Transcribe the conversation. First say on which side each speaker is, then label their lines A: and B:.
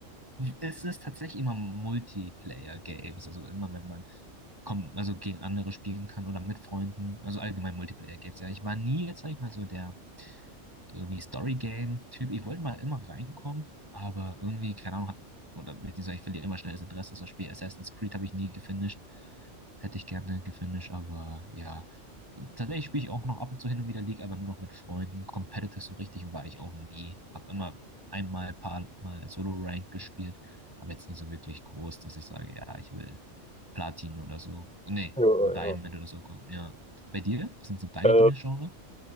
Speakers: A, on the right; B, in the centre.
A: Es ist tatsächlich immer Multiplayer-Games, also immer wenn man kommt, also gegen andere spielen kann oder mit Freunden, also allgemein Multiplayer-Games. Ja, ich war nie jetzt, sag ich mal, so der irgendwie Story-Game-Typ. Ich wollte mal immer reinkommen, aber irgendwie, keine Ahnung, hat, oder beziehungsweise ich verliere immer schnell das Interesse. Zum Beispiel Assassin's Creed habe ich nie gefinisht. Hätte ich gerne gefinisht, aber ja. Und tatsächlich spiele ich auch noch ab und zu hin und wieder League, aber nur noch mit Freunden. Competitive so richtig war ich auch nie. Habe immer einmal, paar Mal Solo-Rank gespielt, aber jetzt nicht so wirklich groß, dass ich sage, ja, ich will Platin oder so. Nee,
B: Ja,
A: Diamond
B: ja,
A: oder so kommen, ja. Bei dir? Was sind so deine
B: Äh,
A: Lieblingsgenre?